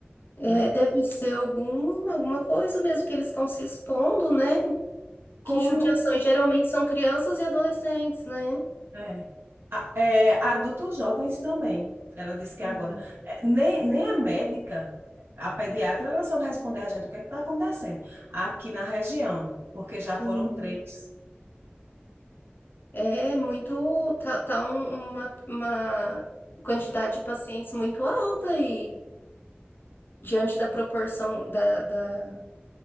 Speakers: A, on the left; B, on the right.
A: É,
B: né?
A: deve ser algum, alguma coisa mesmo que eles estão se expondo, né?
B: Como
A: Que judiação. E geralmente são crianças e adolescentes, né?
B: É. A- é, adultos jovens também, ela disse que
A: Uhum.
B: agora. É, Nem, nem a médica, a pediatra, ela soube responder a gente o que está acontecendo aqui na região, porque já
A: Sim.
B: foram três.
A: É muito. Tá, tá um- uma, uma quantidade de pacientes muito alta aí, diante da proporção da, da